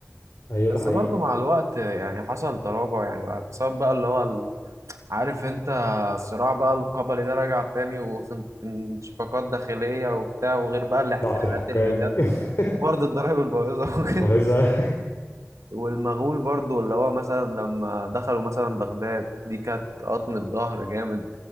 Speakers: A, on the left; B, on the right.
A: ايوه
B: بس
A: ده حقيقي
B: برضو مع الوقت يعني حصل تراجع يعني بسبب بقى اللي هو عارف انت الصراع بقى القبلي ده رجع تاني وانشقاقات داخلية وبتاع وغير بقى الاحتلالات
A: ضعف الحكام
B: اللي جت
A: وكده <laughs>
B: وفرض الضرائب البايظة <laughs> وكده
A: المهزة
B: والمغول برضو اللي هو مثلا لما دخلوا مثلا بغداد دي كانت قطمة ظهر جامد